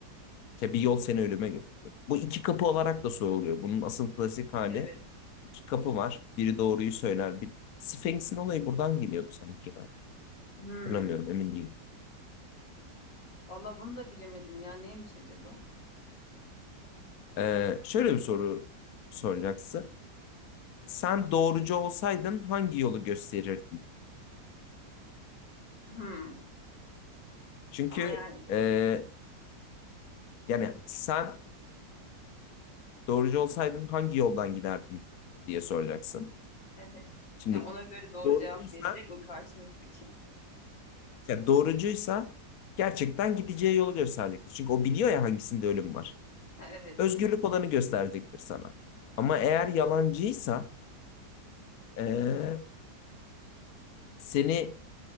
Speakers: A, on the left; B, on the left.
A: Ya bir yol seni ölüme götürecek. Bu iki kapı olarak da soruluyor. Bunun asıl klasik hali
B: Evet.
A: iki kapı var. Biri doğruyu söyler, bir Sphinx'in olayı buradan geliyordu sanki.
B: Hmm.
A: Hatırlamıyorum emin değilim.
B: Valla bunu da bilemedim ya neymiş acaba?
A: Ee, şöyle bir soru soracaksın. Sen doğrucu olsaydın hangi yolu gösterirdin?
B: Hmm.
A: Çünkü
B: Ama yani
A: e, yani sen doğrucu olsaydın hangi yoldan giderdin diye soracaksın.
B: Evet.
A: Şimdi
B: Ya ona göre doğru
A: doğrucuysa
B: cevap verecek mi karşımızdaki? <laughs>
A: ya doğrucuysa gerçekten gideceği yolu gösterecektir. Çünkü o biliyor ya hangisinde ölüm var.
B: Ha, evet.
A: Özgürlük olanı gösterecektir sana. Ama eğer yalancıysa e, <clears throat> seni